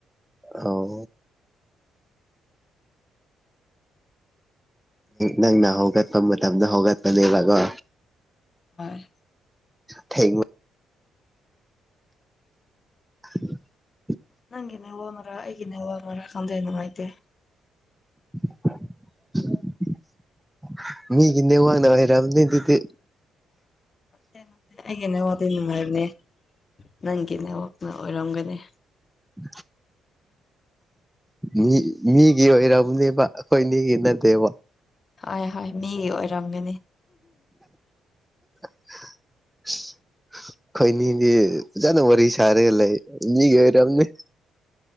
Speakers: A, in the centre; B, on the left.
A: ꯍꯥꯎ ꯅꯪꯅ ꯍꯧꯒꯠꯄ ꯃꯇꯝꯗ ꯍꯧꯒꯠꯄꯅꯦꯕꯀꯣ
B: ꯍꯣꯏ
A: ꯊꯦꯡ <unintelligible>
B: ꯅꯪꯒꯤ ꯅꯦꯠꯋꯛꯅꯔ ꯑꯩꯒꯤ ꯅꯦꯋꯛꯅꯔ ꯈꯪꯗꯦ ꯅꯨꯡꯉꯥꯏꯇꯦ
A: <unintelligible> ꯃꯤꯒꯤ ꯅꯦꯋꯥꯛꯅ ꯑꫭꯏꯔꯝꯅꯦ ꯗꯨꯗꯤ
B: <unintelligible> ꯑꯩꯒꯤ ꯅꯦꯋꯥꯛꯇꯤ ꯅꯨꯉꯥꯏꯕꯅꯦ ꯅꯪꯒꯤ ꯅꯦꯋꯥꯛꯅ ꯑꯣꯔꯛꯒꯅꯤ
A: <unintelligible> ꯃꯤ ꯃꯤꯒꯤ ꯑꯣꯏꯔꯕꯅꯦꯕ ꯑꯩꯈꯣꯏ ꯅꯤꯒꯤ ꯅꯠꯇꯦꯕ
B: ꯍꯣꯏ ꯍꯣꯏ ꯃꯤꯒꯤ ꯑꯣꯏꯔꯝꯒꯅꯤ
A: <unintelligible> ꯈꯣꯏꯅꯤꯗꯤ ꯐꯖꯅ ꯋꯥꯔꯤ ꯁꯥꯔꯒ ꯂꯩ ꯃꯤꯒꯤ ꯑꯣꯏꯔꯝꯅꯦ